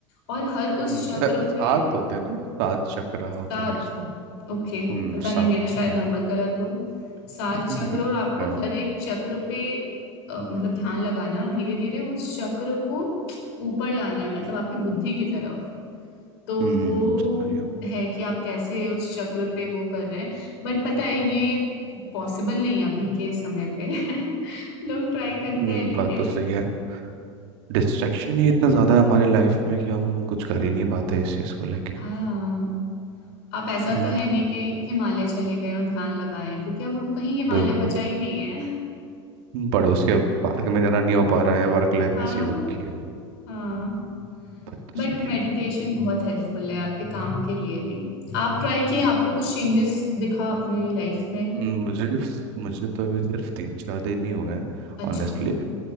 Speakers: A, on the left; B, on the right.
A: और हर
B: हम्म,
A: उस चक्र
B: फिर सात
A: पे
B: होते हैं ना सात चक्र
A: सात
B: होते बोल उसको
A: ओके
B: हम्म
A: पता नहीं
B: सात
A: मेरा
B: ओके
A: शायद नंबर गलत हो सात
B: हम्म
A: चक्र और आपको
B: क्या- <laughs>
A: हर एक चक्र पे अ, मतलब ध्यान लगाना है और धीरे धीरे उस चक्र को ऊपर लाना है मतलब आपकी बुद्धि की तरफ तो
B: हम्म,
A: वो
B: समझ गया
A: हम्म, है कि आप कैसे उस चक्र पे वो कर रहे हैं बट पता है ये पॉसिबल नहीं है अभी के समय पे <laughs> लोग ट्राई करते
B: हम्म
A: हैं बिल्कुल
B: बात
A: लेकिन
B: तो सही है डिस्ट्रैक्शन ही इतना ज़्यादा है हमारी लाइफ में कि हम कुछ कर ही नहीं पाते इस चीज़ को लेके
A: हाँ आप ऐसा
B: हम्म
A: तो है नहीं कि हिमालय चले गए और ध्यान लगाएं क्योंकि अब अब कहीं हिमालय
B: देखो
A: बचा ही नहीं है <laughs>
B: पड़ोस के पार्क में जाना नहीं हो पा रहा है वर्क लाइफ
A: हाँ
B: ऐसी हो रखी है
A: हाँ
B: बात तो
A: बट
B: सही
A: मेडिटेशन
B: है
A: बहुत हेल्पफुल है आपके काम के लिए भी आप ट्राई किए
B: हम्म,
A: आपको कुछ चेंजेस दिखा अपने लाइफ में
B: हम्म, मुझे मुझे तो अभी सिर्फ तीन चार दिन ही हुए हैं
A: अच्छा
B: ऑनेस्टली
A: हम्म